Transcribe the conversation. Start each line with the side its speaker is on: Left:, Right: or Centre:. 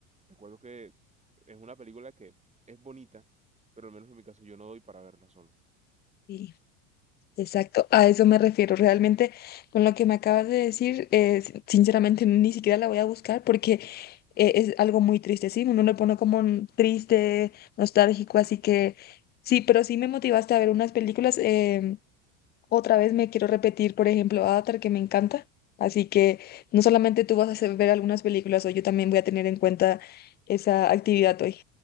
Right: Recuerdo que es una película que es bonita, pero al menos en mi caso yo no doy para verla solo.
Left: Sí, exacto. A eso me refiero. Realmente con lo que me acabas de decir, eh, sin- sinceramente ni siquiera la voy a buscar porque eh, es algo muy triste, ¿sí? Uno lo pone como un triste, nostálgico, así que sí, pero sí me motivaste a ver unas películas. em, Otra vez me quiero repetir, por ejemplo, Avatar, que me encanta. Así que no solamente tú vas a hacer ver algunas películas, hoy yo también voy a tener en cuenta esa actividad hoy.